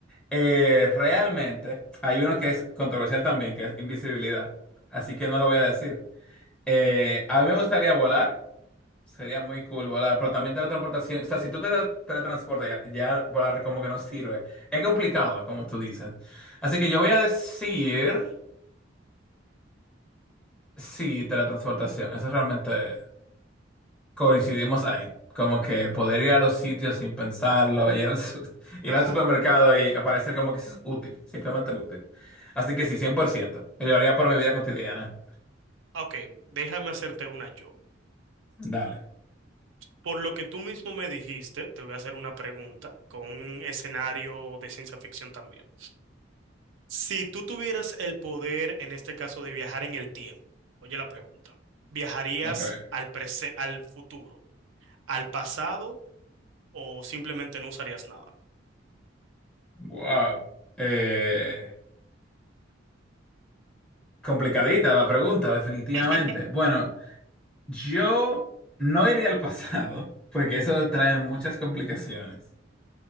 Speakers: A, in the centre; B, on the right.
A: Eh, realmente hay uno que es controversial también, que es invisibilidad. Así que no lo voy a decir. Eh, a mí me gustaría volar. Sería muy cool volar, pero también teletransportación. O sea, si tú te teletransportas, ya, ya volar como que no sirve. Es complicado, como tú dices. Así que yo voy a decir, sí, teletransportación. Eso realmente. coincidimos ahí. Como que poder ir a los sitios sin pensarlo, ir al, su- <laughs> ir
B: Claro.
A: al supermercado y aparecer como que eso es útil, simplemente útil. Así que sí, 100%. Y lo haría por mi vida cotidiana.
B: Ok, déjame hacerte una yo.
A: Dale.
B: Por lo que tú mismo me dijiste, te voy a hacer una pregunta con un escenario de ciencia ficción también. Si tú tuvieras el poder, en este caso, de viajar en el tiempo, oye la pregunta, ¿viajarías
A: Ok.
B: al prese- al futuro, al pasado o simplemente no usarías nada?
A: Wow. Eh, complicadita la pregunta, definitivamente.
B: <laughs>
A: Bueno, yo no iría al pasado, <laughs> porque eso trae muchas complicaciones.